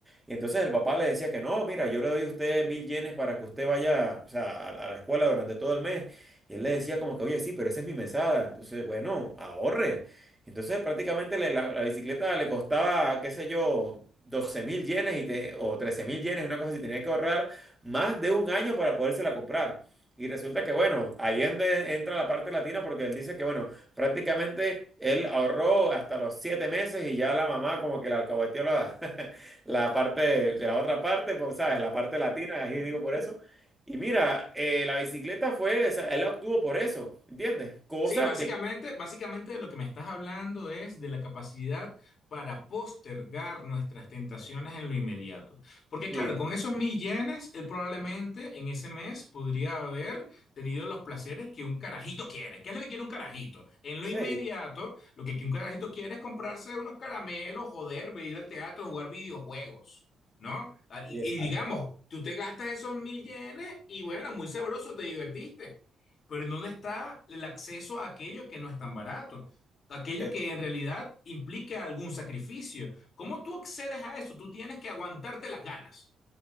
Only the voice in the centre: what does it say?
Y entonces el papá le decía que no, mira, yo le doy a usted mil yenes para que usted vaya, o sea, a, a la escuela durante todo el mes. Y él le decía como que, oye, sí, pero esa es mi mesada. Entonces, bueno, ahorre. Entonces prácticamente le- la, la bicicleta le costaba, qué sé yo, doce mil yenes y te, o trece mil yenes, una cosa así, tenía que ahorrar más de un año para podérsela comprar. Y resulta que, bueno, ahí es donde entra la parte latina porque él dice que, bueno, prácticamente él ahorró hasta los siete meses y ya la mamá como que le alcahueteó la, <laughs> la parte de, de la otra parte, pues, ¿sabes? La parte latina, ahí digo por eso. Y mira, eh, la bicicleta fue, o sea, él la obtuvo por eso, ¿entiendes? Cosa
que...
Sí.
Sí,
Sí,
exacto.
Es-